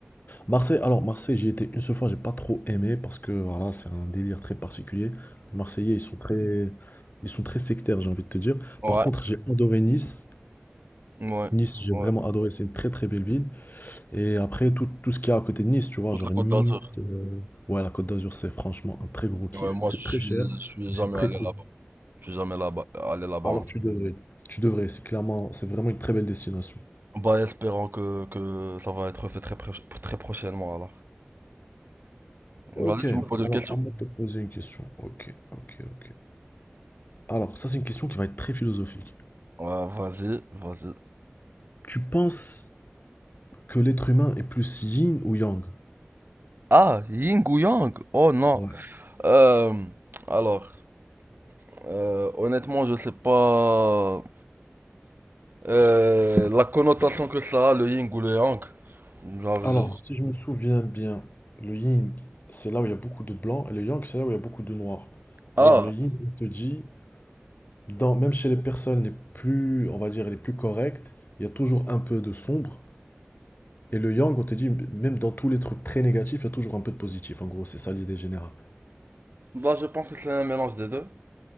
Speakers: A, on the left; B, on the right.
A: Marseille, alors Marseille, j'y étais une seule fois, j'ai pas trop aimé parce que voilà, c'est un délire très particulier. Les Marseillais, ils sont très, ils sont très sectaires, j'ai envie de te dire.
B: ouais,
A: Par contre, j'ai adoré Nice.
B: ouais,
A: Nice, j'ai
B: ouais.
A: vraiment adoré, c'est une très très belle ville. Et après, tout, tout ce qu'il y a à côté de Nice, tu vois,
B: Toute
A: genre
B: la Côte
A: Nice,
B: d'Azur.
A: euh, ouais, la Côte d'Azur, c'est franchement un très gros kiff.
B: Ouais, moi
A: C'est
B: je suis,
A: très cher,
B: je
A: mais
B: suis jamais
A: c'est très
B: allé
A: cool.
B: là-bas. Je suis jamais là-bas, allé là-bas.
A: Alors
B: encore.
A: tu devrais, tu devrais, c'est clairement, c'est vraiment une très belle destination.
B: Bah, espérons que, que ça va être fait très, proche- très prochainement alors.
A: Ok,
B: Vas-y, tu me poses une
A: alors
B: question?
A: à moi de te poser une question. Ok, ok, ok. Alors, ça, c'est une question qui va être très philosophique.
B: Ouais, vas-y, vas-y.
A: Tu penses que l'être humain est plus yin ou yang?
B: Ah, Ying ou Yang? Oh non.
A: Ouais.
B: Euh, alors, euh, honnêtement, je sais pas euh, la connotation que ça a, le Ying ou le Yang. Genre,
A: Alors,
B: je-
A: si je me souviens bien, le yin, c'est là où il y a beaucoup de blanc, et le yang, c'est là où il y a beaucoup de noir.
B: Ah,
A: Alors, le yin, on te dit, dans, même chez les personnes les plus, on va dire, les plus correctes, il y a toujours un peu de sombre. Et le yang, on te dit, même dans tous les trucs très négatifs, il y a toujours un peu de positif. En gros, c'est ça l'idée générale.
B: bah je pense que c'est un mélange des deux.